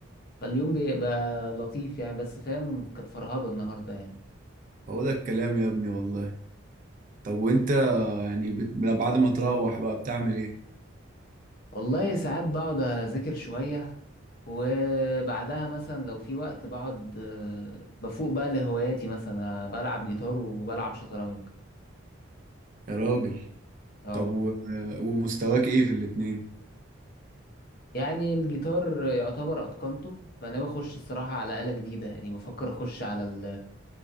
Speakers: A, on the left; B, on the right.
A: فاليوم بيبقى لطيف يعني بس فاهم كانت فرهضه النهارده يعني
B: هو ده الكلام يا ابني والله طب وانت يعني بت... بعد ما تروح بقى بتعمل ايه
A: والله ساعات بقعد أذاكر شوية وبعدها مثلا لو في وقت بقعد آه، بفوق بقى لهواياتي مثلا آه، بلعب جيتار وبلعب شطرنج
B: يا راجل
A: اه
B: طب و... ومستواك ايه في الاتنين
A: يعني الجيتار يعتبر اتقنته فانا بخش الصراحه على آلة جديده يعني بفكر اخش على ال...